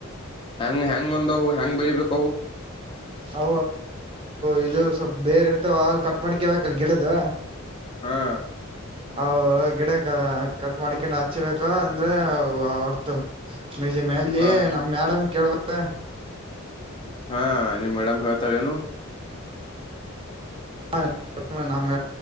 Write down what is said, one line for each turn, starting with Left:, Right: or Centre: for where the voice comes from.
Left: ಹೆಂಗ್ ಹೆಂಗ್ ಬಂದವು ಹೆಂಗ್ ಬೆಳಿಬೇಕು
Right: ಅ ಇದು ಸ್ವಲ್ಪ್ ಬೇರೆ ಇರ್ತಾವ ಕಟ್ ಮಾಡ್ಕೇವಕ್ಲ್ ಗಿಡ್ದ
Left: ಹಾ
Right: ಅ ಗಿಡ ಕಟ್ ಮಾಡಕನ್ ಹಚ್ಬೇಕ ಅಂದ್ರೆ ಹೊರ್ತು ಮಸ ಮೇಾಲ
Left: ಹಾ ಹಾ
Right: ನಮ್ ಮ್ಯಾಡಮ ಕೇಳ್ಬೇಕ
Left: ಹಾ ನೀ ಮೇಡಾಮ್ ಹೇಳಳ್ತ ಏನು
Right: ಹಾ ನಮ್ಮ